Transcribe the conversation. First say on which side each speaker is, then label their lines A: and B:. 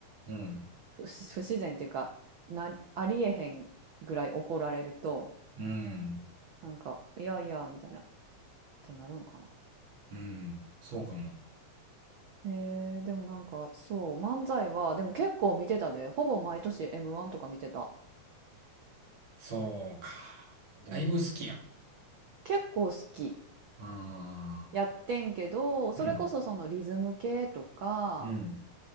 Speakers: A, on the right; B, on the right.
A: うん、
B: 不、不自然っていうか、な、ありえへんぐらい怒られると、
A: うん、
B: なんか、いやいや、みたいな、ってなるんかな。
A: うん、そうかも。
B: えー、でもなんか、そう、漫才は、でも結構見てたで、ほぼ毎年 M1 とか見てた。
A: そうか。だいぶ好きやん。
B: うん。結構好き。
A: ああ、
B: やってんけど、それこそそのリズム系とか、
A: うん、うん、